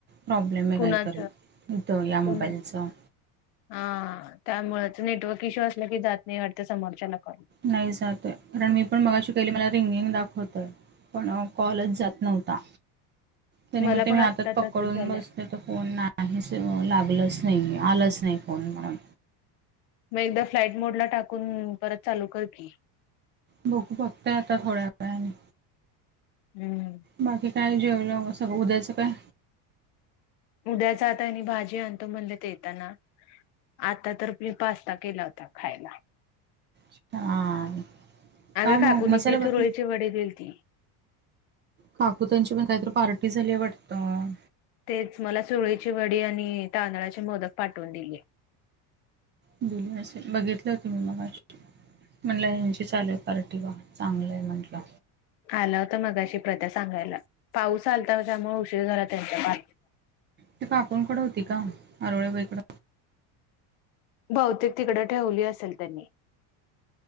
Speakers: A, on the right (about 25°); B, on the left (about 80°).
A: प्रॉब्लेम आहे
B: कुणाच
A: काहीतरी इथं या
B: कुणा
A: मोबाईलचं.
B: हा. त्यामुळच नेटवर्क इश्यू असलं की जात नाही वाटत समोरच्याला कॉल.
A: नाही जातय कारण मी पण मगाशी केली, मला रिंगिंग दाखवतय. पण कॉलच जात नव्हता. त्यानी
B: मला
A: मणते
B: पण
A: मी हातात
B: आत्ता
A: पकडून
B: तसंच झालंय
A: बस तर ते फोन नाहीच लागलंच नाही आलंच नाही फोन म्हणून
B: मग एकदा फ्लाईट मोड ला टाकून परत चालू कर की?
A: बघू. बघताय आता थोड्या वेळानी
B: हम्म.
A: बाकी काय जेवलं सगळं उद्याच काय?
B: उद्याचा आता आणि भाजी आणतो म्हणले ते येताना. आता तर मी पास्ता केला होता खायला.
A: छान
B: अग
A: का मग
B: काकुनी
A: मसाले
B: त्या
A: भात
B: चुरळीचे वडे दिलती.
A: काकू त्यांची पण काहीतरी पार्टी झालीया वाटतं.
B: तेच मला सूरळीची वडी आणि तांदळाचे मोदक पाठवून दिलीय.
A: बोली नसेल बघितले होते मी मगाशी म्हणला यांची चालू आहे पार्टी वा! चांगलं आहे म्हटलं.
B: आला होता मगाशी प्रत्या सांगायला, पाऊस आलता त्यामुळे उशीर झाला त्यांचा पा
A: ते काकुंन कड होती का आरवळे बाई कड?
B: बहुतेक तिकडं ठेवली असेल. त्यांनी